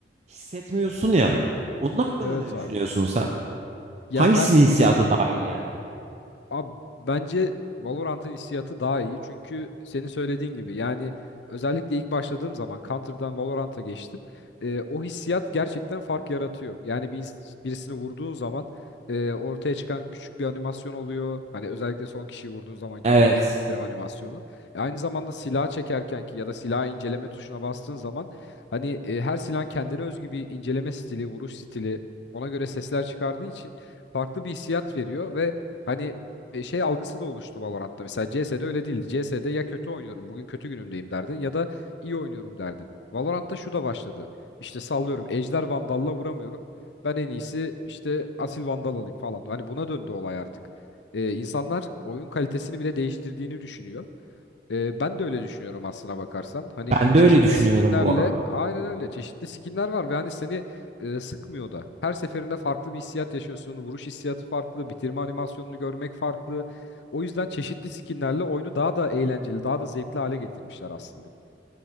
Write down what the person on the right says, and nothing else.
Hissetmiyorsun ya. Onun hakkında
ne düşünüyorsun
sen?
Hangisinin
hissiyatı
daha iyi yani?
Evet.
Ben de
öyle düşünüyorum
bu arada.